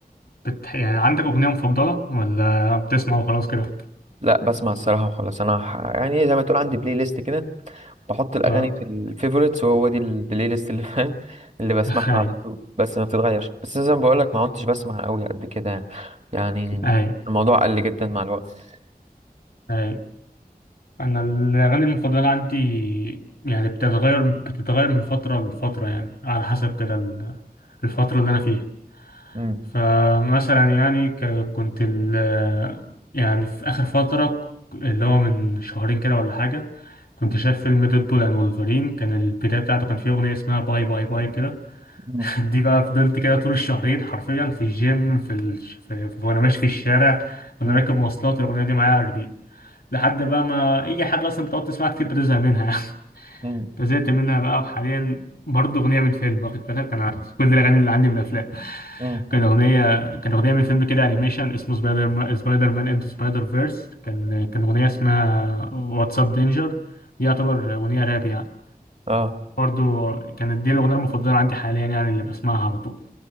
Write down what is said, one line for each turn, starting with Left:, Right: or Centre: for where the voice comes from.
Left: بت... يعني عندك أغنية مفضلة ولا بتسمع وخلاص كده؟
Right: لا بسمع الصراحه وخلاص انا ح... يعني زي ما تقول عندي بلاي ليست كده بحط الاغاني
Left: اه
Right: في الفيفوريتس وهو دي البلاي ليست اللي <laughs> فاهم اللي بسمعها
Left: <laughs> هاي
Right: على طول بس ما بتتغيرش بس زي ما بقول لك ما كنتش بسمع قوي قد كده يعني يعني
Left: هاي
Right: الموضوع قل جدا مع الوقت
Left: هاي أنا الأغاني المفضلة عندي يعني بتتغير بتتغير من فترة لفترة يعني على حسب كده ال- الفترة اللي أنا فيها
Right: امم
Left: فمثلا يعني ك- كنت ال... يعني في آخر فترة اللي هو من شهرين كده ولا حاجة كنت شايف فيلم ديدبول اند وولفرين كان البداية بتاعته كان فيه أغنية اسمها باي باي باي كده
Right: امم
Left: دي بقى فضلت كده طول الشهرين حرفيا في الجيم في, ال... في... في... وانا ماشي في الشارع وانا
Right: امم
Left: راكب مواصلات الاغنيه دي معايا على الريبيت لحد بقى ما اي حاجه اصلا بتقعد تسمعها كتير بتزهق منها <laughs>
Right: امم
Left: فزهقت منها بقى وحاليا برضه اغنيه من فيلم واخد بالك انا كل الاغاني اللي عندي من افلام
Right: أمم.
Left: كان اغنيه كان اغنيه من فيلم كده انيميشن اسمه سبايدر مان سبايدر مان انتو سبايدر فيرس كان كان اغنيه اسمها واتساب دينجر دي يعتبر اغنيه راب يعني
Right: اه
Left: برضه كانت دي الاغنيه المفضله عندي حاليا يعني اللي بسمعها على طول